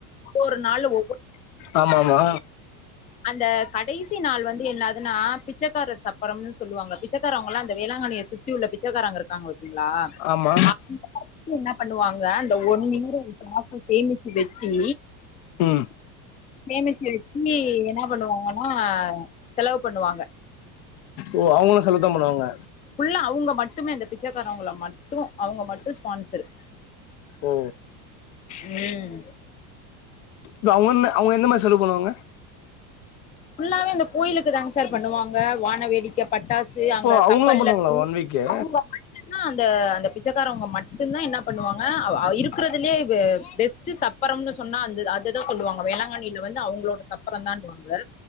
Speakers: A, on the left; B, on the left.
A: ஒரு நாள் ஒவ்வொ..
B: <inaudible> ஆமா ஆமா
A: அந்த கடைசி நாள் வந்து என்னாதுன்னா பிச்சைக்கார சப்பரம்னு சொல்லுவாங்க. பிச்சைக்காரவங்கல்லா இந்த வேளாங்கண்ணிய சு.. இவ்ள பிச்சைக்காரங்க இருக்காங் பத்தீங்ளா?
B: ஆமா
A: அ.. என்ன பண்ணுவாங்க அந்த ஒன் ஈர காசு சேமிச்சு வெச்சி..
B: ம்..
A: சேமிச்சி வெச்சி என்னா பண்ணுவாங்கன்னா, செலவு பண்ணுவாங்க.
B: ஓ அவங்களும் செலுத்தாம் பண்ணுவாங்க.
A: ஃபுல்ல அவுங்க மட்டுமே அந்த பிச்சைக்காரவுங்கள மட்டு அவுங்க மட்டு பான்ஸ்சர்
B: ஓ
A: ம்
B: இல்ல அவுங்க என்ன அவுங்க என்ன மாரி செலவு பண்ணுவாங்க
A: ஃபுல்லாவே அந்த கோயிலுக்கு தாங் சார் பன்னுவாங்க வானவேடிக்க பட்டாஸ் சு
B: இப்போ
A: அங்க
B: அவங்களும்
A: கப்பல்ல
B: பண்ணுவாங்களா
A: இருந்து
B: ஒன் வீக்கு
A: அவுங்க அந்த அந்த பிச்சக்காரவங்க மட்டுந்தா என்ன பண்ணுவாங்க இருக்கறதுலே பெஸ்ட்டு சப்பரம்னு சொன்னா அந்த அதுதா சொல்லுவாங்க வேளாங்கண்ணியில வந்து அவுங்ளோட சப்பரந் தான்ட்டுவாங் க